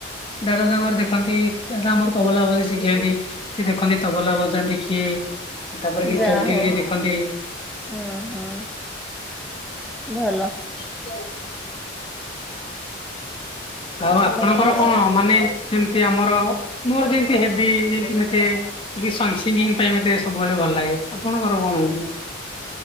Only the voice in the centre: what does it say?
ଯାହା
ହଉ
ହୁଁ ହୁଁ ଭଲ।
ଭଲ
ହେଲା
ଆଉ